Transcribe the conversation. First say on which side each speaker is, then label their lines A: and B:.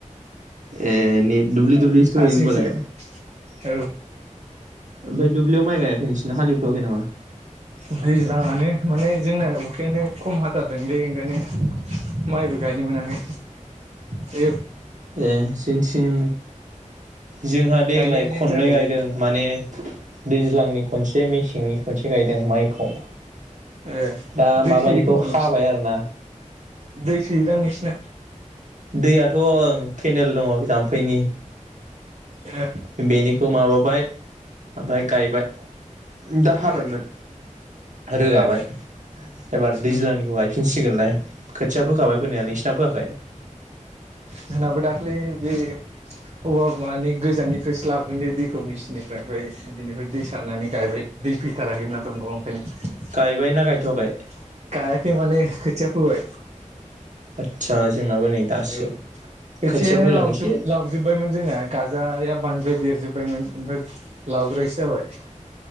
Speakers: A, on the right; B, on the right.
A: ए नेट दुबलि दुबलि सो
B: हारसिंसो
A: दंङ ओमबालाइ
B: औ
A: ओमफ्राय दुब्लियाव माइ गायाखै नोंसिरना हालएवथवाखै नामा
B: दैज्लाांआनो माने जोंना अखायानो खम हाथारदोंलै ओंखायनो माइबो गायनो मोनाखै बे
A: ए जोंथिं जोंहा देग्लाय
B: गायनाया लेट
A: खननै
B: जाखायो
A: गायदों माने दैज्लांनि खनसे मेसेंनि खनसे गायदों माइखौ
B: ए
A: दा
B: दै
A: माबानिखौ
B: सोयो खोमा
A: खाबाय
B: नोंसिना
A: आरोना
B: दै सोयोदां नोंसिना
A: दैयाथ ओं केनेल दंङ जाम्फैनि
B: हो
A: बेनिखौ माबाबाय ओमफाय गायबाय दा हाबायमोन
B: ए
A: रोगाबाय
B: ए
A: एबार दैज्लांनिखौ
B: उम
A: गायफिनसिगोनलाय खोथिया फोखाबाय फैानाया नोंसिना फोआखै
B: जोंनाबो दाख्लै बे औवा माने गोजाननिफ्रायसो लाबोदोंलै दैखौ मेचिननिफ्राय ओमफ्राय बिनिफ्राय दै सारनानै गायबाय दै फैथाराखैमोन दंग आव <unintelligible>
A: गायबाय ना गायथ'वाखै
B: गायाखै माने खोथिया फोबाय <inaudible>
A: आदसा जोंनाबो नै दासो
B: औ खोथिायानो
A: खोथिया फोदों
B: लावजोब
A: एसे
B: लावजोबबायमोन जोंनाया गाजाया बां बो बेरजोबबायमोन ओमफाय लावद्रायसो जाबाय